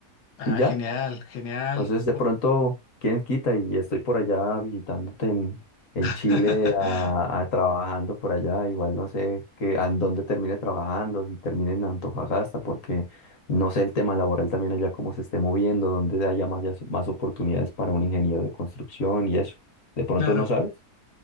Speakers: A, on the left; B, on the left.
A: Ah,
B: Y ya.
A: genial, genial.
B: Entonces, de
A: Wo-
B: pronto, ¿quién quita? Y estoy por allá visitándote en, en
A: <laughs>
B: Chile, a, a- trabajando por allá. Igual no sé qué, a dónde termine trabajando, si termine en Antofagasta, porque no sé el tema laboral también allá cómo se esté moviendo, dónde haya más, ya- so, más oportunidades para un ingeniero de construcción y eso. ¿De pronto
A: Claro.
B: no sabes?